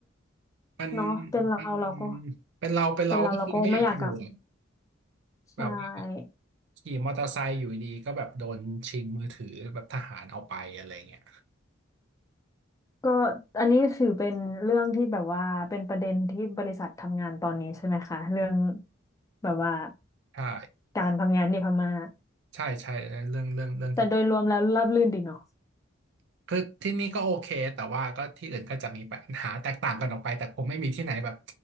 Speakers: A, on the right; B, on the left.
A: มัน
B: เนาะเป็นเราเราก็
A: มันเป็นเราเป็นเราก็คงไม่อยากอยู่อะ
B: เป็นเราเราก็ไม่อยากกลับใช่
A: แบบว่าขี่มอเตอร์ไซค์อยู่ดีก็แบบโดนชิงมือถือแบบทหารเอาไปอะไรเงี้ย
B: ก็อันนี้ถือเป็นเรื่องที่แบบว่าเป็นประเด็นที่บริษัททำงานตอนนี้ใช่ไหมคะเรื่องแบบว่า
A: ใช่
B: การทำงานที่พม่า
A: ใช่ใช่เรื่องเรื่องเรื่องที่
B: แต่โดยรวมแล้วราบรื่นดีเนาะ
A: คือที่นี่ก็โอเคแต่ว่าก็ที่อื่นก็จะมีปัญหาแตกต่างกันออกไปแต่คงไม่มีที่ไหนแบบ